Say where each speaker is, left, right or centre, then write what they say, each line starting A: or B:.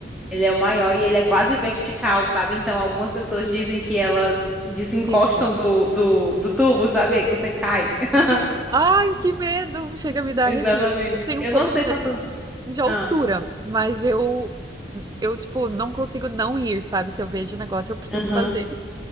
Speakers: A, in the centre; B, on the right (about 20°).
A: Ele é o maior e ele é quase vertical, sabe? Então, algumas pessoas dizem que elas desencostam
B: Meu Deus.
A: do, do, do tubo, sabe? Você cai. <laughs>
B: Ai, que medo! Chega a me dar
A: Exatamente.
B: arrepio. Eu tenho
A: Eu
B: um pouco
A: não sei
B: de medo
A: quanto.
B: de altura,
A: Ah,
B: mas eu, eu, tipo, não consigo não ir, sabe? Se eu vejo o negócio, eu preciso
A: aham.
B: fazer.